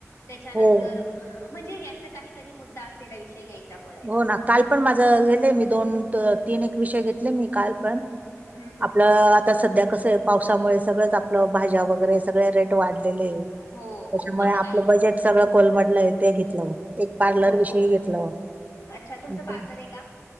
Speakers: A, on the left; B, on the right.
A: त्याच्यानंतर
B: हो,
A: ह म्हणजे ह्याच काहीतरी मुद्दा असलेला विषय घ्यायचा बोलायला
B: हो ना. काल पण माझं घेलंय मी दोन तीन एक विषय घेतले मी काल पण
A: हम्म हम्म
B: आपलं
A: हम्म
B: आता सध्या कसं आहे पावसामुळे सगळंच आपलं भाज्या वगैरे सगळे रेट वाढलेले आहे त्याच्यामुळे
A: हो हो महागाई
B: आपलं बजेट सगळं कोलमडलंय ते घेतलं एक पार्लर
A: हो
B: विषयी
A: हो
B: घेतलं
A: अच्छा तुमचं
B: म्हटलं
A: पार्लर आहे का